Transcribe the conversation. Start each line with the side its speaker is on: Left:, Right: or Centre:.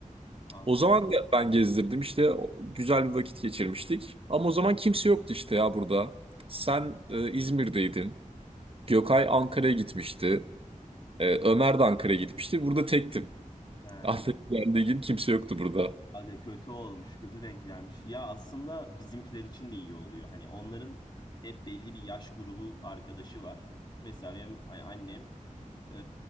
Left: Altı.
Right: O zaman da ben gezdirdim işte o- güzel bir vakit geçirmiştik. Ama o zaman kimse yoktu işte ya burada. Sen e, İzmir'deydin. Gökay Ankara'ya gitmişti. E, Ömer de Ankara'ya gitmişti. Burada tektim. <laughs>
Left: He.
Right: Ankara'ya geldiği gün kimse yoktu burada.
Left: Aga kötü olmuş, kötü denk gelmiş. Ya aslında bizimkiler için de iyi oluyor. Hani onların hep belli bir yaş grubu arkadaşı var. Mesela benim hani annem ee,